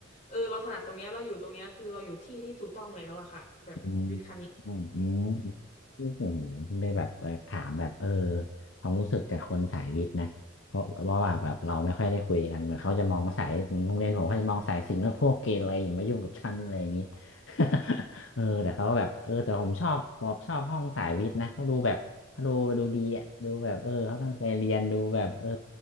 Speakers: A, on the left; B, on the left.
A: เออเราถนัดตรงเนี้ยเราอยู่ตรงเนี้ยคือเราอยู่ที่ที่ถูกต้องแล้วอะค่ะแบบวิทย์คณิต
B: อืมอืมอืมที่ผมได้แบบแบบถามแบบเออความรู้สึกจากคนสายวิทย์นะเพราะเพราะว่าแบบเราไม่ค่อยได้คุยกันเหมือนเขาจะมองสายโรงเรียนผมเขาจะมองสายศิลป์ว่าพวกเกเรอย่ามายุ่งกับฉันอะไรอย่างนี้ <laughs> เออแต่เขาก็แบบเออแต่ผมชอบผมชอบห้องสายวิทย์นะเขาดูแบบเขาดูดูดีอ่ะดูแบบเออเขาตั้งใจเรียนดูแบบเออ